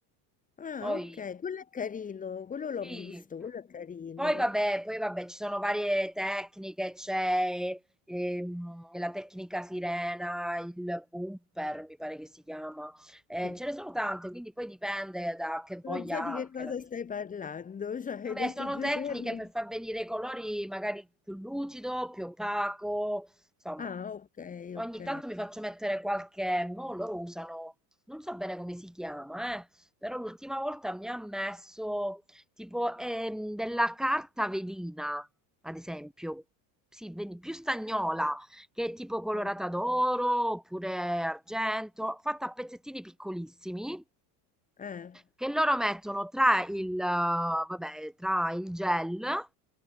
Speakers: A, on the left (about 15°); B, in the centre.
A: Ah,
B: Poi
A: ok, quello è carino, quello l'ho
B: sì.
A: visto, quello è carino.
B: Poi vabbè, poi vabbè, ci sono varie tecniche, c'è ehm, la tecnica sirena, il bumper, mi pare che si chiama. Eh,
A: <laughs>
B: ce ne sono tante, quindi poi dipende da che voglia
A: Non so
B: ha
A: di che
B: anche
A: cosa
B: la mia
A: stai
B: estetica.
A: parlando, <laughs> cioè
B: Vabbè,
A: hai detto
B: sono
A: due
B: tecniche
A: termini.
B: per far venire i colori magari più lucido, più opaco, insomma.
A: Ah, ok,
B: Ogni
A: ok.
B: tanto mi faccio mettere qualche, mo loro usano, non so bene come si chiama, eh, però l'ultima volta mi ha messo tipo ehm, della carta velina, ad esempio, sì, veni- più stagnola, che è tipo colorata
A: Ah,
B: d'oro oppure argento, fatta a pezzettini piccolissimi
A: eh.
B: che loro mettono tra il, eh, vabbè, tra il gel,